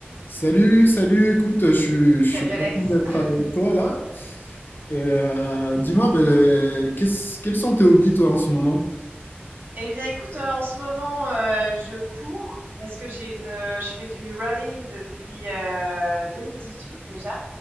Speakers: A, on the left; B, on the right.
A: Salut, salut, écoute, je, suis je suis
B: Salut
A: content
B: Alex.
A: d'être
B: <laughs>
A: avec toi là. Et euh, dis-moi, ben, qu'est-ce- quels sont tes hobbies toi en ce moment?
B: Eh bien, écoute, euh, en ce moment, euh, je cours parce que j'ai une, euh, je fais du running depuis euh, 2018 déjà.